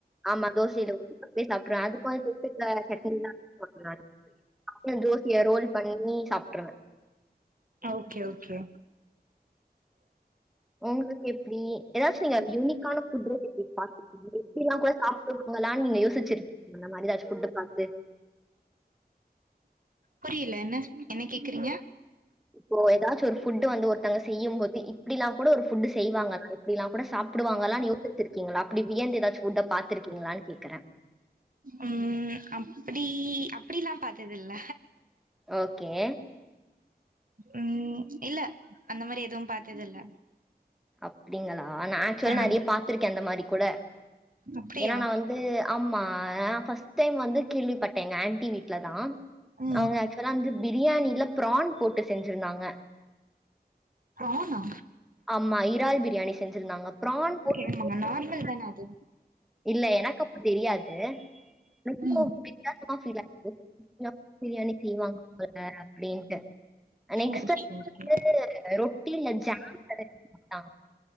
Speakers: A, in the centre; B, on the right.
A: ஆமா தோசையில ஊத்தி அப்டியே சாப்பிடுருவே அதுக்கு வந்து தொட்டுக்க சட்னில்லா அரைக் மாட்ட நானு அப்டியே தோசய ரோல் பண்ணி சாப்பிட்ருவே
B: ஓக்கே ஓக்கே
A: உங்களுக்கு எப்படி ஏதாச்சுநீங்க யூனிக்கான ஃபுட் ரெசிப்பி பாத் இப்டில்லா கூட சாப்பிடுவங்களான்னு நீங்க யோசிச்சிருக்கீங்களானூ எதாச்சு ஃபுட்ட பாத்து
B: புரியல என்ன என்ன கேக்குறீங்க
A: இப்போ ஏதாச்சு ஒரு ஃபுட்டு வந்து ஒருத்தங்க செய்யும்போது இப்படில்லாங் கூட ஒரு ஃபுட்டு செய்வாங்க எப்படிலல்லா கூட சாப்ப சாப்புடுவாங்களான்னு யோசிச்சு இருக்கீங்களா அப்படி வியந்து ஏதாச்சு ஃபுட்ட பா்த்திருக்கீங்களான்னு கேடக்குறே
B: உம் அப்படி அப்படில்லா பாத்தது இல்ல
A: ஓக்கே
B: உம் இல்ல அந்த மாரி எதுவும் பாத்தது இல்ல
A: அப்படிங்களா நா ஆக்சுவல
B: ஆமா
A: நிறைய பா்த்திருக்கே அந்த மாரி கூட
B: அப்டியா
A: ஏன்னா நா வந்து ஆமா நா ஃபஸ்ட் டைம் வந்து கேள்விப்பட்டே எங்க ஆண்டி வீட்டுல தா
B: ம்
A: அவங்க ஆக் சுலா வந்து பிரியாணியில ப்ரான் போட்டு செஞ்சுருந்தாங்க
B: ப்ரானா
A: ஆமா இறால் பிரியாணி செஞ்சிருந்தாங்க ப்ரான் போ
B: ஆமாங்க நார்மல் தனே அது
A: இல்ல எனக்கு அப்போ தெரியாது ரொம்ப
B: ம்
A: வித்தியாசமா பீல் ஆச்சி யசமா பிரியாணி செய்வாங்க போல அப்படின்ட்டு நெக்ஸ்ட்
B: ஓகே
A: டைம்
B: ஓகே
A: வந்து ரொட்டியில ஜாம் தடவி குடுத்தாங்க